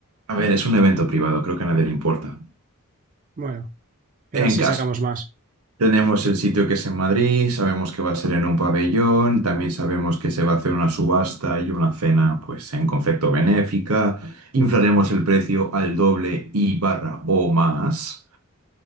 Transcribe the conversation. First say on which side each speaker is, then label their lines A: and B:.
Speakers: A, on the right; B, on the right.
A: A ver, es un evento privado, creo que a nadie le importa.
B: Bueno, pero
A: En
B: así
A: caso,
B: sacamos más.
A: tenemos el sitio que es en Madrid, sabemos que va a ser en un pabellón, también sabemos que se va a hacer una subasta y una cena, pues en concepto benéfica. Inflaremos el precio al doble y barra o más.